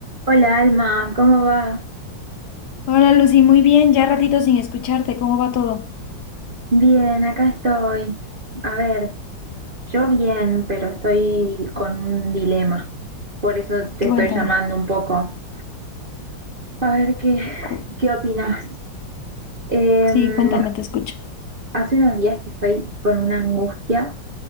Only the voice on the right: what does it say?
Hola Alma, ¿cómo va?
Bien, acá estoy. A ver, yo bien, pero estoy con un dilema. Por eso te
estoy llamando un poco. A ver qué,
qué opinás. Em,
hace unos días que estoy con una angustia